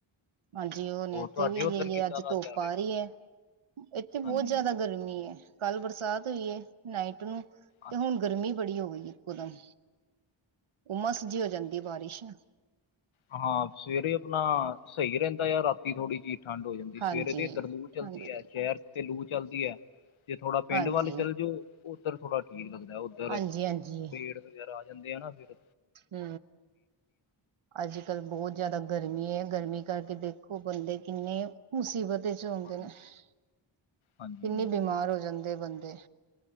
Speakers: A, on the right; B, on the left.
A: ਹਾਂਜੀ ਹੁਣ
B: ਹੋਰ
A: ਇੱਥੇ
B: ਤੁਹਾਡੇ
A: ਵੀ,
B: ਉੱਧਰ
A: ਇਹੀ
B: ਕਿੱਦਾਂ
A: ਅੱਜ
B: ਦਾ
A: ਧੁੱਪ
B: ਚੱਲ
A: ਆ
B: ਰਿਹਾ
A: ਰਹੀ ਆ। ਇੱਥੇ ਬਹੁਤ
B: ਹਾਂਜੀ
A: ਜ਼ਿਆਦਾ ਗਰਮੀ ਹੈ। ਕੱਲ ਬਰਸਾਤ ਹੋਈ ਹੈ, ਨਾਈਟ ਨੂੰ, ਤੇ
B: ਅੱਛਾ
A: ਹੁਣ ਗਰਮੀ ਬੜੀ ਹੋ ਗਈ ਏ। ਉਮਸ, ਉਮਸ ਜੀ ਹੋ ਜਾਂਦੀ ਏ, ਬਾਰਿਸ਼
B: ਹਾਂ, ਸਵੇਰੇ ਆਪਣਾ ਸਹੀ ਰਹਿੰਦਾ ਆ, ਰਾਤੀ ਥੋੜ੍ਹੀ ਜਿਹੀ। ਠੰਡ ਹੋ ਜਾਂਦੀ,
A: ਹਾਂਜੀ
B: ਸਵੇਰੇ ਦੇ ਇੱਧਰ ਲੂ ਚੱਲਦੀ
A: ਹਾਂਜੀ
B: ਹੈ, ਸ਼ਹਿਰ ਜ ਤੇ ਲੂ ਚੱਲਦੀ ਹੈ। ਜੇ ਥੋੜਾ ਪਿੰਡ
A: ਹਾਂਜੀ
B: ਵੱਲ ਚੱਲ ਜਾਓ, ਉੱਧਰ ਥੋੜਾ ਠੀਕ ਲੱਗਦਾ, ਉੱਧਰ
A: ਹਾਂਜੀ ਹਾਂਜੀ
B: ਫੇਰ ਖਤ ਵਗੈਰਾ ਆ ਜਾਂਦੇ ਆ ਨਾ ਫੇਰ
A: ਹੂ ਅੱਜ ਕੱਲ੍ਹ ਬਹੁਤ ਜ਼ਿਆਦਾ ਗਰਮੀ ਹੈ, ਗਰਮੀ ਕਰਕੇ ਦੇਖੋ ਬੰਦੇ ਕਿੰਨੇ। ਮੁਸੀਬਤ ਚ ਆਉਦੇ
B: ਹਾਂਜੀ
A: ਨੇ, ਕਿੰਨੇ
B: ਹਾਂਜੀ ਹਾਂਜੀ
A: ਬਿਮਾਰ ਹੋ ਜਾਂਦੇ ਬੰਦੇ।